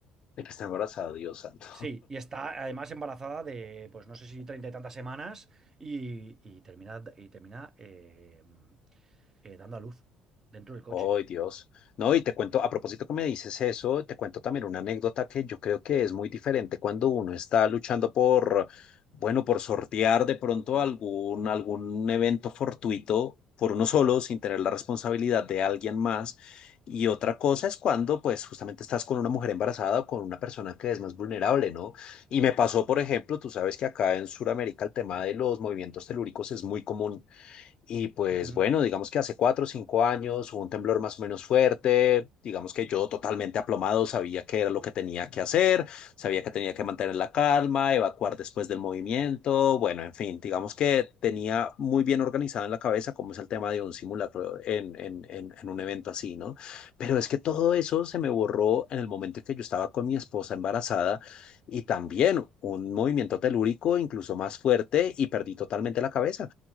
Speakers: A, on the left (about 45°); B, on the right (about 25°).
A: De que está embarazada, Dios santo.
B: Sí, y está además embarazada de, pues no sé si treinta y tantas semanas, y, y termina, y termina eh, eh, dando a luz dentro del coche.
A: Ay, Dios. No, y te cuento, a propósito que me dices eso, te cuento también una anécdota que yo creo que es muy diferente cuando uno está luchando por, bueno, por sortear de pronto algún, algún evento fortuito por uno solo, sin tener la responsabilidad de alguien más. Y otra cosa es cuando, pues, justamente estás con una mujer embarazada o con una persona que es más vulnerable, ¿no? Y me pasó, por ejemplo, tú sabes que acá en Sudamérica el tema de los movimientos telúricos es muy común. Y pues
B: Ujú.
A: bueno, digamos que hace cuatro o cinco años hubo un temblor más o menos fuerte, digamos que yo totalmente aplomado sabía qué era lo que tenía que hacer, sabía que tenía que mantener la calma, evacuar después del movimiento, bueno, en fin, digamos que tenía muy bien organizado en la cabeza cómo es el tema de un simulacro en, en, en, en un evento así, ¿no? Pero es que todo eso se me borró en el momento en que yo estaba con mi esposa embarazada y también un movimiento telúrico incluso más fuerte y perdí totalmente la cabeza.